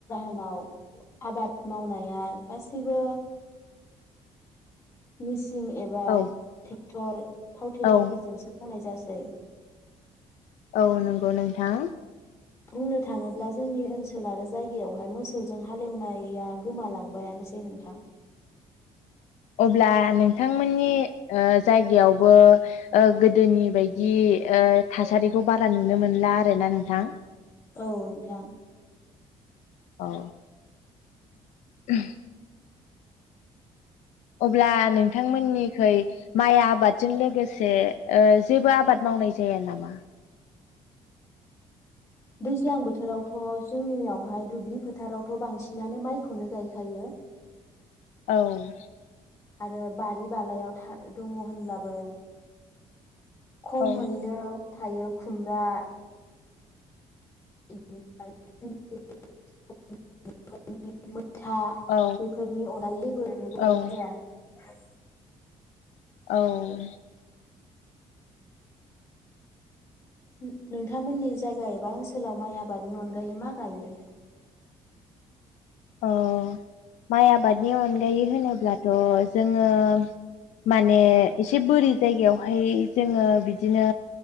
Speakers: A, on the left (about 25°); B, on the left (about 80°).
A: नाव आबाद मावनाय या गासिबो मिस सिं एबा
B: औ
A: टे थर थाव थेलारफोरजोंसो
B: औ
A: मावनाय जा सै
B: औ नोंगौ नोंथां।
A: बुंनो थाङोब्ला जोंनि ओनसोल आरो जायगायावहाय मोसौजों हालेवनाया गोमालांबायानोसै नोंथां।
B: अब्ला नोंथांमोननि ओ जायगायावबो ओ गोदोनि बायदि ओ थासारिखौ बारा नुनो मोनला आरोना नों थां
A: औ नोंथां।
B: औ <unintelligible> अब्ला नोंथांमोननिखै माइ आबादजों लोगोसे ओ जेबो आबाद मावनाय जाया नामा?
A: दैज्लां बोथोरावथ' जोंनियावहाय दुब्लि फोथारावथ' बांसिनानो माइखौनो गायखायो।
B: औ
A: आरो बारि बालायाव था दङ होनब्लाबो खमैनो
B: औ
A: थायो खुमब्रा <unintelligible> <unintelligible> था
B: औ
A: बेफोरनि अरायैबो गायनाय
B: औ
A: जाया। <inaudible>
B: औ
A: नो-नोंथांमोननि जायगा एबा ओनसोलाव माइ आबादनि अनगायै मा गायो?
B: अ' माइ आबादनि अनगायै होनोब्लाथ' जोङो माने एसे बोरि जायगायावहाय जोङो बिदिनो